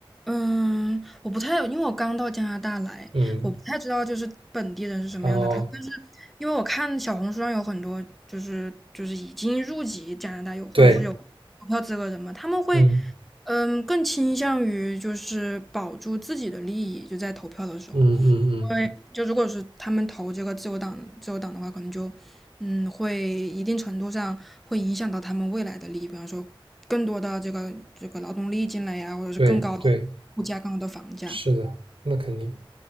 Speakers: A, in the centre; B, on the right.
A: 嗯，我不太，因为我刚到加拿大来，
B: 嗯，
A: 我不太知道就是本地人是什么样的他，
B: 哦，
A: 但是因为我看小红书上有很多就是就是已经入籍加拿大有或者是有投票资格人嘛，
B: 对，
A: 他们会
B: 嗯
A: 嗯更倾向于就是保住自己的利益，就在投票的时候。
B: 嗯嗯嗯，
A: 因为就如果是他们投这个自由党自由党的话，可能就嗯会一定程度上会影响到他们未来的利益，比方说更多的这个这个劳动力进来呀，或者是更高的
B: 对对，
A: 物价、更高的房价。
B: 是的，那肯定。